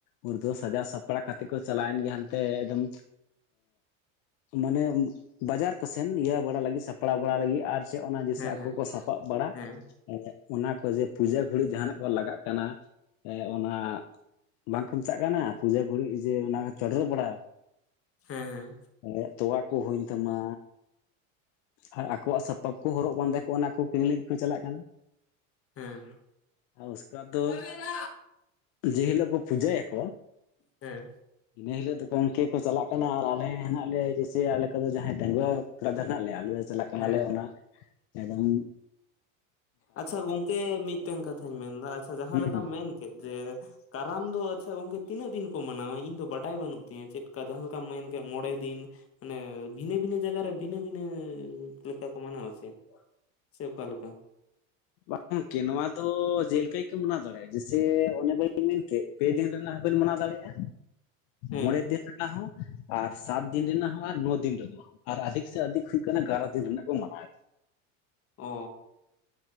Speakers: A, on the left (about 60°); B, on the left (about 35°).
A: <unintelligible> ᱫᱚ ᱥᱟᱡᱟᱣ ᱥᱟᱯᱲᱟᱣ ᱠᱟᱛᱮ ᱠᱚ ᱪᱟᱞᱟᱣᱮᱱ ᱜᱮᱭᱟ ᱦᱟᱱᱛᱮ ᱮᱫᱚᱢ ᱢᱟᱱᱮ ᱵᱟᱡᱟᱨ ᱠᱚᱥᱮᱱ ᱤᱭᱟᱹ ᱵᱟᱲᱟ ᱞᱟᱹᱜᱤᱫ ᱥᱟᱯᱲᱟᱣ ᱵᱟᱲᱟ ᱞᱟᱹᱜᱤᱫ ᱟᱨ ᱪᱮ ᱚᱱᱟ ᱡᱮᱥᱮ
B: ᱦᱮᱸ
A: ᱟᱠᱚ
B: ᱦᱮᱸ
A: ᱠᱚ ᱥᱟᱯᱟᱵ ᱵᱟᱲᱟ
B: ᱦᱮᱸ
A: ᱟᱜ ᱚᱱᱟ ᱠᱚ ᱡᱮ ᱯᱩᱡᱟᱹ ᱜᱷᱟᱹᱲᱤ ᱡᱟᱦᱟᱱᱟᱜ ᱠᱚ ᱞᱟᱜᱟᱜ ᱠᱟᱱᱟ ᱚᱱᱟ ᱵᱟᱝ ᱠᱚ ᱢᱮᱫᱟᱜ ᱠᱟᱱᱟ ᱯᱩᱡᱟᱹ ᱜᱩᱲᱤ ᱡᱮ ᱚᱱᱟ ᱠᱚ ᱪᱚᱰᱚᱨ ᱵᱟᱲᱟ
B: ᱦᱮᱸᱼ
A: ᱮᱸᱼ ᱛᱚᱣᱟ ᱠᱚ ᱦᱩᱭᱮᱱ ᱛᱟᱢᱟ ᱟᱨ ᱟᱠᱚᱣᱟᱜ ᱥᱟᱯᱟᱯ ᱠᱚ ᱦᱚᱨᱚᱜ ᱵᱟᱸᱫᱮ ᱠᱚᱜ ᱚᱱᱟ ᱠᱚ ᱠᱤᱨᱤᱧ ᱞᱟᱹᱜᱤᱫ ᱠᱚ ᱪᱟᱞᱟᱜ ᱠᱟᱱᱟ᱾
B: ᱦᱮᱸ
A: <unintelligible> ᱫᱚ
B: ᱦᱮᱸ
A: ᱡᱮ ᱦᱤᱞᱳᱜ ᱠᱚ ᱯᱩᱡᱟᱹᱭᱟᱠᱚ
B: ᱦᱮᱸ
A: ᱤᱱᱟᱹ ᱦᱤᱞᱳᱜ ᱫᱚ ᱜᱚᱝᱠᱮ ᱠᱚ ᱪᱟᱞᱟᱜ ᱠᱟᱱᱟ ᱟᱨ ᱟᱞᱮ ᱦᱮᱱᱟᱜ ᱞᱮᱭᱟ ᱡᱮᱭᱥᱮ ᱟᱞᱮ ᱠᱚᱫᱚ ᱡᱟᱦᱟᱸᱭ ᱰᱟᱹᱝᱜᱩᱣᱟᱹᱠᱚᱲᱟ ᱜᱤᱫᱽᱨᱟᱹ ᱦᱮᱱᱟᱜ ᱞᱮᱭᱟ ᱟᱞᱮ ᱫᱚ ᱪᱟᱞᱟᱜ ᱠᱟᱱᱟᱞᱮ
B: ᱦᱮᱸ
A: ᱚᱱᱟ ᱮᱫᱚᱢ
B: ᱟᱪᱪᱷᱟ ᱜᱚᱝᱠᱮ ᱢᱤᱫᱴᱮᱱ ᱠᱟᱛᱷᱟᱧ ᱢᱮᱱᱫᱟ ᱟᱪᱪᱷᱟ ᱡᱟᱦᱟᱸᱞᱮᱠᱟᱢ
A: ᱦᱩᱸ
B: ᱢᱮᱱ ᱠᱮᱫ ᱡᱮ ᱠᱟᱨᱟᱢ ᱫᱚ ᱟᱪᱪᱷᱟ ᱜᱚᱝᱠᱮ ᱛᱤᱱᱟᱹᱜ ᱫᱤᱱ ᱠᱚ ᱢᱟᱱᱟᱣᱟ ᱤᱧ ᱫᱚ ᱵᱟᱰᱟᱭ ᱵᱟᱹᱱᱩᱜ ᱛᱤᱧᱟᱹ ᱪᱮᱫᱠᱟ ᱡᱟᱦᱟᱸ ᱞᱮᱠᱟᱢ ᱢᱮᱱ ᱢᱚᱬᱮ ᱫᱤᱱ ᱢᱟᱱᱮ ᱵᱷᱤᱱᱟᱹ ᱵᱷᱤᱱᱟᱹ ᱡᱟᱭᱜᱟ ᱨᱮ ᱵᱷᱤᱱᱟᱹ ᱵᱷᱤᱱᱟᱹ ᱞᱮᱠᱟᱠᱚ ᱢᱟᱱᱟᱣ ᱪᱮ ᱥᱮ ᱚᱠᱟᱞᱮ ᱞᱮᱠᱟ?
A: ᱵᱟᱝᱠᱮ ᱱᱚᱣᱟ ᱫᱚ ᱪᱮᱞᱮᱠᱟ ᱠᱚ ᱢᱟᱱᱟᱣ ᱫᱟᱲᱮᱭᱟᱜᱼᱟ ᱡᱮᱭᱥᱮ ᱚᱱᱮ ᱵᱟᱹᱧ ᱢᱮᱱᱠᱮᱫ ᱯᱮ ᱫᱤᱱ ᱨᱮᱱᱟᱜ ᱵᱮᱱ ᱢᱟᱱᱟᱣ ᱫᱟᱲᱮᱭᱟᱜᱼᱟ
B: ᱦᱮᱸ
A: ᱢᱚᱬᱮ ᱫᱤᱱ ᱨᱮᱱᱟᱜ ᱦᱚᱸ᱾ ᱟᱨ ᱥᱟᱛ ᱫᱤᱱ ᱨᱮᱱᱟᱜ ᱦᱚᱸ ᱟᱨ ᱱᱚ ᱫᱤᱱ ᱨᱮᱱᱟᱜ ᱦᱚᱸ ᱟᱨ ᱟᱫᱷᱤᱠ ᱥᱮ ᱟᱫᱷᱤᱠ ᱦᱩᱭᱩᱜ ᱠᱟᱱᱟ ᱵᱟᱨᱚ ᱫᱤᱱ ᱨᱮᱱᱟᱜ ᱠᱚ ᱢᱟᱱᱟᱣᱮᱫ ᱫᱟ᱾ <inaudible>
B: ᱚ